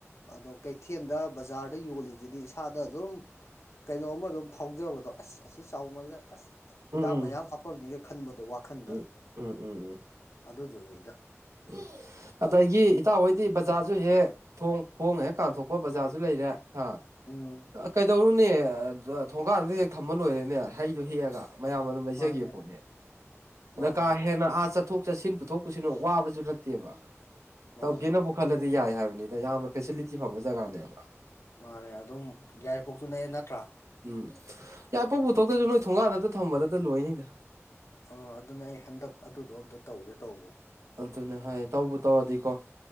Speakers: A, on the left (about 65°); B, on the right (about 80°).
A: ꯑꯗꯣ ꯀꯩꯊꯦꯟꯗ ꯕꯖꯥꯔꯗ ꯌꯣꯜꯂꯤꯖꯤꯗꯤ ꯏꯁꯥꯗ ꯑꯗꯨꯝ ꯀꯩꯅꯣꯝꯃ ꯑꯗꯨꯝ ꯐꯥꯎꯖꯕꯗꯣ ꯑꯁ ꯑꯁꯤ ꯆꯥꯎꯃꯜꯂꯦ ꯑꯁ ꯍꯤꯗꯥꯛ
B: ꯎꯝ ꯎꯝ
A: ꯃꯌꯥꯝ ꯍꯥꯞꯄꯝꯅꯤꯒ ꯈꯟꯕꯗꯣ ꯋꯥꯈꯟꯗ
B: ꯎꯝ ꯎꯝ ꯎꯝ ꯎꯝ
A: ꯑꯗꯨꯗꯨꯅꯤꯗ
B: <unintelligible> ꯑꯗꯒꯤ ꯏꯇꯥꯎꯍꯣꯏꯗꯤ ꯕꯖꯥꯔꯖꯨ ꯍꯦꯛ ꯊꯣꯡ ꯈꯣꯡꯅ ꯍꯦꯛ ꯀꯥꯟꯊꯣꯛꯄ ꯕꯖꯥꯔꯖꯨ ꯂꯩꯔꯦ ꯍꯥ
A: ꯎꯝ
B: ꯑ ꯀꯩꯗꯧꯔꯨꯅꯤ <unintelligible> ꯊꯣꯡꯒꯥꯟꯗ ꯍꯦꯛ ꯊꯝꯃ ꯂꯣꯏꯔꯦꯅꯦ ꯍꯩꯗꯨ ꯍꯦꯛꯑꯒ ꯃꯌꯥꯝ ꯑꯗꯨꯝ ꯂꯩꯖꯒꯦ
A: ꯃꯥꯅꯦ
B: <unintelligible> ꯑꯗ
A: ꯃꯥꯅꯦ
B: ꯀꯥ ꯍꯦꯟꯅ ꯑꯥ ꯆꯠꯊꯣꯛ ꯆꯠꯁꯤꯟ ꯄꯨꯊꯣꯛ ꯄꯨꯁꯤꯟ ꯋꯥꯕ ꯖꯨ ꯅꯠꯇꯦꯕ
A: ꯃꯥꯅꯦ
B: ꯇꯧꯒꯦꯅꯕꯨ ꯈꯜꯂꯗꯤ ꯌꯥꯏ ꯍꯥꯏꯕꯅꯤꯗ ꯌꯥꯝꯅ ꯐꯦꯁꯤꯂꯤꯇꯤ ꯐꯪꯕ ꯖꯒꯥꯅꯦꯕ
A: ꯃꯥꯅꯦ ꯑꯗꯨꯝ ꯌꯥꯢꯔꯤꯄꯣꯛꯁꯨꯨ ꯅꯛꯑꯦ ꯅꯠꯇ꯭ꯔꯥ
B: ꯎꯝ ꯌꯥꯏꯔꯤꯄꯣꯛ ꯄꯨꯊꯣꯛꯇꯖꯨ ꯅꯣꯏ ꯊꯣꯡꯒꯥꯥꯟꯗꯇ ꯊꯝꯕꯗꯇ ꯂꯣꯏꯔꯅꯤꯗ
A: ꯑ ꯑꯗꯨꯅꯦ ꯑꯩ ꯍꯟꯗꯛ ꯑꯗꯨꯗꯣ ꯑꯝꯇ ꯇꯧꯒꯦ ꯇꯧꯕ
B: ꯑꯗꯨꯅꯦ ꯍꯥꯏꯌꯦ ꯇꯧꯕꯨ ꯇꯧꯔꯗꯤꯀꯣ